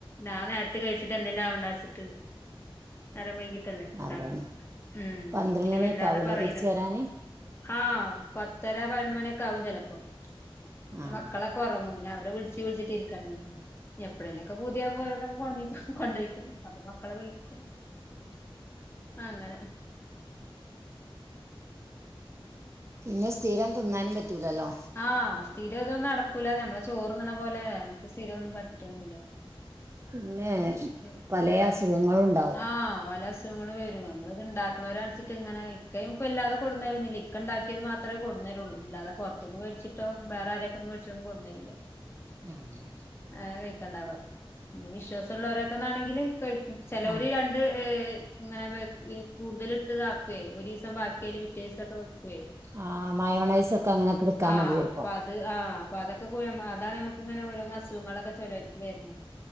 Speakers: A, on the left (about 25°); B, on the right (about 30°).
A: ഞാൻ നേരത്തെ കഴിച്ചിട്ട് എന്തെല്ലാം അവണ്ടാച്ചിട്ട് നേരം വൈകി ല്ലേ ഉണ്ടാക്കണം
B: അതന്നെ
A: ഉം
B: പന്ത്രണ്ട്
A: അപ്പൊ പിന്നെ
B: മണിയൊക്കെ
A: വല്ലാതെ
B: ആവൂലേ
A: പറയില്ല
B: തിരിച്ച് വരാന്
A: ആഹ് പത്തര പതിനൊന്നുമണിയൊക്കെ ആകും ചിലപ്പോ പിന്നെ
B: ആഹ്
A: മക്കളൊക്കെ ഉറങ്ങും പിന്നെ അവരെ വിളിച്ച് വിളിച്ചിട്ടിരിക്കണ്ട എപ്പഴേലും ഒക്കെ പൂതിയാവുമ്പോ ഓരോന്നൊക്കെ കൊ കൊണ്ടിരിക്കും അപ്പൊ മക്കളെ വിളിക്കും ആഹ് അങ്ങനെ
B: പിന്നെ സ്ഥിരം തിന്നാനും പറ്റൂലല്ലോ
A: ആഹ് സ്ഥിരയിതൊന്നും നടക്കൂല നമ്മള് ചോറുണ്ണണപോലെ ക്ക് സ്ഥിരമൊന്നും പറ്റൊന്നില്ല
B: പിന്നെ
A: ഉം
B: പലേ
A: ഉം
B: അസുഖങ്ങളും ഉണ്ടാവും
A: ആഹ് ഒല അസുഖങ്ങൾ വരും നമ്മള് ഇതൊണ്ടാക്കണവരവെച്ചിട്ട് ഇങ്ങനെ ഇക്ക നമുക്ക് വല്ലാതെ കൊണ്ടുന്ന്തരുന്നില്ല ഇക്ക ഉണ്ടാക്കിയത് മാ മത്രേ കൊണ്ടുന്ന് തരുള്ളൂ ഇല്ലാതെ പുറത്തൊന്ന് മേച്ചിട്ടോ വേറെ ആരൊക്കൊണ്ട് മേടിച്ചതൊ കൊണ്ടുന്ന് തരുല്ല
B: ഉമ്
A: അങ്ങനെ കഴിക്കണ്ടാ പറയു പിന്നെ വിശ്വാസവുള്ളവരൊക്കെന്നാണെങ്കില് കഴിക്കും ചെലോര്
B: ആഹ്
A: ര ഏഹ് ഇങ്ങനെ വേ യി കൂടുതല് ഇട്ട് യിതക്കുവേ ഒരു ദിവസം ബാക്കിയാല് പിറ്റേ ദിവസൊക്കെ വെക്കുവെ
B: ആഹ് മയോണൈസ് ഒക്കെ അങ്ങനെയൊക്കെ എടുക്കാ
A: ആഹ്
B: മതി ചെലപ്പോ
A: പ്പ അത് ആഹ് അപ്പോ അതൊക്കെ അതാണ് നമക്ക് ഇങ്ങനെ ഓരോന്ന് അസുഖങ്ങളൊക്കെ ചെലോർക്ക്‌ വരുന്നത്